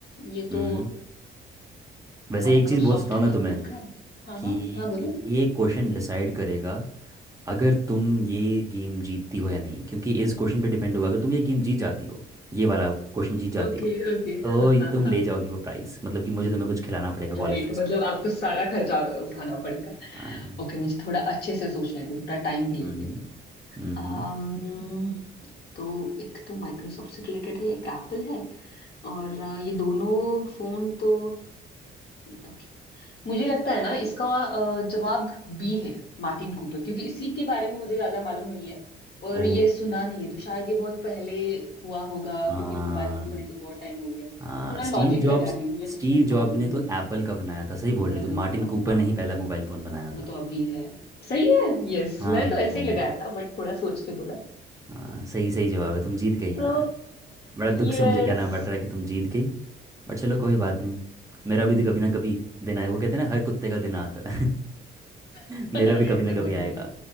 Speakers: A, on the left; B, on the right.
A: ये
B: हम्म
A: तो
B: वैसे
A: माइक्रोसॉफ्ट
B: एक चीज़ बोल सकता हूँ
A: है
B: मैं तुम्हें
A: बिल का हाँ
B: कि
A: हाँ हाँ बोलो
B: ये क्वेश्चन डिसाइड करेगा अगर तुम ये गेम जीतती हो या नहीं क्योंकि इस क्वेश्चन पे डिपेंड होगा अगर तुम ये गेम जीत जाती हो ये वाला क्वेश्चन जीत जाती
A: ओके
B: हो
A: ओके
B: तो
A: हाँ
B: ये
A: हाँ
B: तुम
A: हाँ
B: ले जाओगी वो प्राइस मतलब कि मुझे तुम्हें कुछ खिलाना पड़ेगा कॉलेज
A: राइट
B: फेस्ट
A: मतलब
B: में
A: आपको सारा खर्चा उठाना पड़ेगा
B: हाँ
A: ओके मुझे थोड़ा अच्छे से सोचने दो थोड़ा टाइम भी
B: हम्म
A: लेते हैं
B: हम्म
A: um, तो एक तो माइक्रोसॉफ्ट से रिलेटेड है एक एप्पल है और अ, ये दोनों फोन तो ओके मुझे लगता है ना इसका अ, जवाब बी है मार्टिन कूपर क्योंकि इसी के बारे में मुझे ज्यादा मालूम नहीं है
B: ओ
A: और ये सुना नहीं है तो शायद ये बहुत पहले हुआ होगा
B: हाँ
A: क्योंकि मोबाइल फोन बने तो बहुत टाइम हो गया
B: हाँ
A: थोड़ा
B: स्टीव
A: लॉजिक
B: जॉब्स
A: लगा रही हूँ मुझे
B: स्टीव
A: सच में मालूम
B: जॉब ने तो
A: नहीं है
B: एप्पल का बनाया था सही बोल
A: पल
B: रही हो तो मार्टिन
A: का
B: कूपर
A: हाँ
B: ने ही पहला
A: राइट
B: मोबाइल फ़ोन बनाया था
A: वो तो अभी है सही है यस
B: हाँ
A: मैं तो ऐसे
B: हाँ
A: ही लगाया था बट थोड़ा सोच के बोला
B: हाँ सही सही जवाब है तुम जीत गई यार
A: तो
B: बड़ा दुख
A: यस
B: से मुझे कहना पड़ रहा है कि तुम जीत गई बट चलो कोई बात नहीं मेरा भी तो कभी ना कभी दिन आए वो कहते हैं ना हर कुत्ते का दिन आता है
A: <laughs>
B: <laughs> मेरा
A: अरे
B: भी कभी
A: ऐसे
B: ना कभी
A: मत
B: आएगा
A: बोलो